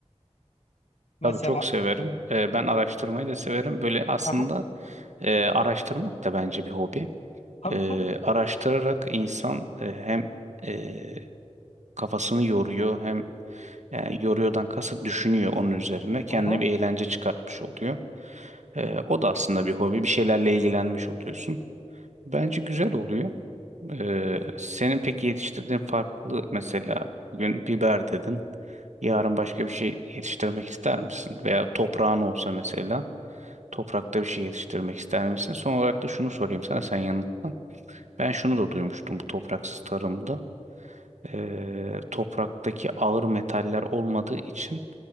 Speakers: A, on the left; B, on the right.
A: Mesela.
B: Tabii çok severim. Ee, ben araştırmayı da severim. Böyle aslında
A: Aha,
B: e, araştırmak da bence bir hobi.
A: tabii
B: Ee,
A: tabii.
B: araştırarak insan e, hem e, kafasını yoruyor hem yani yoruyordan kasıt düşünüyor onun üzerine. Kendine
A: Hı hı.
B: bir eğlence çıkartmış oluyor. Ee, o da aslında bir hobi. Bir şeylerle ilgilenmiş oluyorsun. Bence güzel oluyor. Ee, senin peki yetiştirdiğin farklı mesela bugün biber dedin. Yarın başka bir şey yetiştirmek ister misin? Veya toprağın olsa mesela toprakta bir şey yetiştirmek ister misin? Son olarak da şunu sorayım sana sen yanıtla. Ben şunu da duymuştum bu topraksız tarımda. Ee, topraktaki ağır metaller olmadığı için